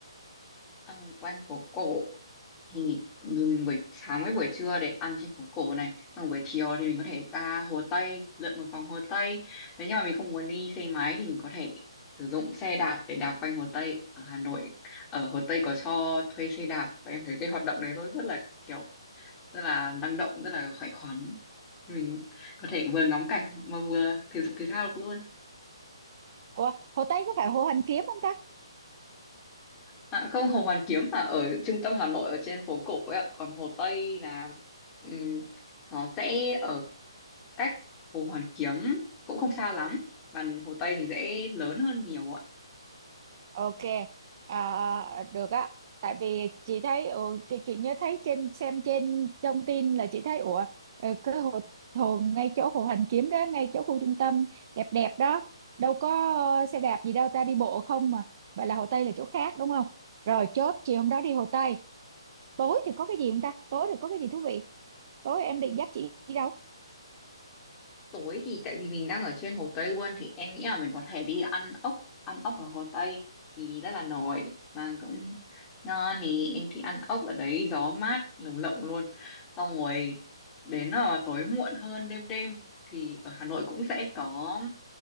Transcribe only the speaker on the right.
Ủa, Hồ Tây có phải Hồ Hoàn Kiếm không ta?
Ok, à, được á. Tại vì chị thấy, ừ, thì chị nhớ thấy trên xem trên thông tin là chị thấy ủa ờ, cái hồ, hồ ngay chỗ hồ Hoàn Kiếm đó, ngay chỗ khu trung tâm đẹp đẹp đó, đâu có ờ, xe đạp gì đâu ta đi bộ không mà. Vậy là Hồ Tây là chỗ khác đúng không? Rồi chốt chiều hôm đó đi Hồ Tây. Tối thì có cái gì không ta? Tối thì có cái gì thú vị? Tối em định dắt chị đi đâu?